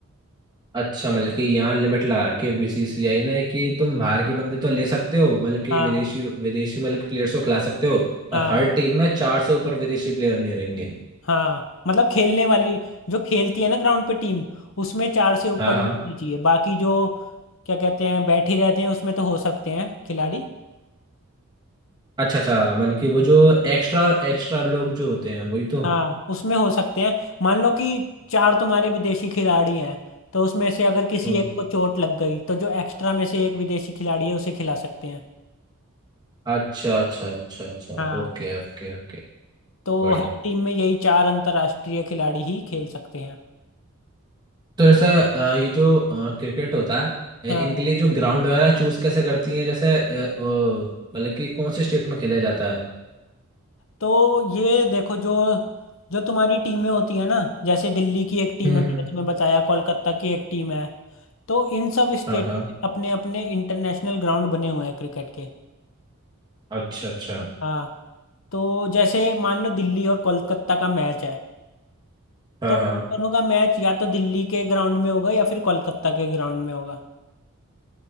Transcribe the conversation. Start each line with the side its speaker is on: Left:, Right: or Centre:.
Right: अच्छा मतलब कि यहाँ लिमिट ला रखी है बीसीसीआई ने कि तुम बाहर के बंदे तो ले सकते हो मतलब कि
Left: हाँ
Right: विदेशी विदेशी मतलब कि प्लेयर्स को खिला सकते हो पर
Left: हाँ
Right: हर टीम में चार से ऊपर विदेशी प्लेयर नहीं रहेंगे
Left: हाँ मतलब खेलने वाली जो खेलती है ना ग्राउंड पे टीम उसमें चार से ऊपर
Right: हाँ
Left: नहीं
Right: हाँ
Left: होनी चाहिए बाकी जो क्या कहते हैं बैठे रहते हैं उसमें तो हो सकते हैं खिलाड़ी
Right: अच्छा अच्छा मतलब कि वो जो एक्स्ट्रा एक्स्ट्रा लोग जो होते हैं वही तो
Left: हाँ उसमें हो सकते हैं मान लो कि चार तुम्हारे विदेशी खिलाड़ी हैं तो उसमें से अगर किसी
Right: हम्म।
Left: एक को चोट लग गई तो जो एक्स्ट्रा में से एक विदेशी खिलाड़ी है उसे खिला सकते हैं
Right: अच्छा अच्छा अच्छा अच्छा
Left: हाँ
Right: Okay okay okay
Left: तो
Right: बढ़िया
Left: हर टीम में यही चार अंतर्राष्ट्रीय खिलाड़ी ही खेल सकते हैं
Right: तो जैसे अ, ये जो क्रिकेट होता है अ,
Left: हाँ
Right: इनके लिए जो ग्राउंड वगैरह चूज कैसे करती हैं जैसे अ, वो मतलब कि कौन से स्टेट में खेला जाता है
Left: तो ये देखो जो जो तुम्हारी टीमें होती है ना जैसे दिल्ली की एक टीम
Right: हम्म
Left: है
Right: हम्म
Left: मैंने तुम्हें बताया कोलकाता की एक टीम है तो इन सब स्टेटों
Right: हाँ हाँ
Left: में अपने अपने इंटरनेशनल ग्राउंड बने हुए हैं क्रिकेट के
Right: अच्छा अच्छा
Left: हाँ तो जैसे मान लो दिल्ली और कोलकाता का मैच है
Right: हाँ
Left: तो
Right: हाँ
Left: दोनों का मैच या तो दिल्ली के ग्राउंड में होगा या फिर कोलकाता के ग्राउंड में होगा